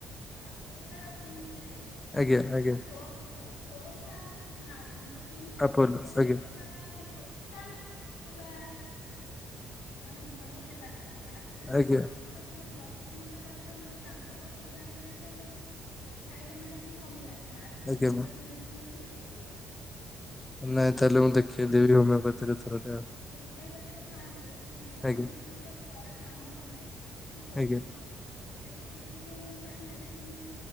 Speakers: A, on the left (about 80°); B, on the left (about 20°).
A: ଆପୁଲୁରେ ଆ କିମ୍ସି ରେ। ନାଁ
B: ଆଜ୍ଞା
A: ନାଁ ନାଁ ମାନେ
B: ଆଜ୍ଞା।
A: ସୋମରେ ସରି ସୋମରେ ଆଉ ଫୁ ଅପ୍ କିନ୍ତୁ କିମିସିରେ
B: ଆପୋଲୋ
A: ଦେଖେଇ ଦେଖେଇ
B: ଆଜ୍ଞା
A: ନନେ। ଟୋଟାଲ ହେଲା ମାନେ ଭଲ ହେଲାନି। ଲାଷ୍ଟେରେ
B: ଆଜ୍ଞା
A: କଟକରେ ଜଣେ ଜଦୁମଣି ସାରେ ଅଛନ୍ତି ବୋଲି ତାଙ୍କ ଙ୍କ ପାଖରୁ କୁ ଆଣିକି ଦେଖେଇଲୁ <unintelligible> ଖାଇଲେ ମେଡିସିନ କମିଲା ଲାଷ୍ଟ
B: ଆଜ୍ଞା
A: ହୋମିଓପାଥି ମେଡିସିନ ଦେଲୁ। ଠିକ୍ ହେଇଗଲା।
B: ନାଇଁ ତାହେଲେ ମୁଁ ଦେଖେଇଦେବି ଟିକେ ହୋମିଓପାଥିରେ। ଥରଟେ ଆଉ
A: ହୋମିଓପାଥିରେ ଖାଆନ୍ତୁ ହୋମିଓପାଥି
B: ଆଜ୍ଞା
A: ମେଡିସିନରେ ବା ଥରେ କାମ କନେ ମାନେ ସବୁ
B: ଆଜ୍ଞା
A: ଠିକ। ସେ ବି କିଡନୀ ପାଇଁ ମେଡିସିନ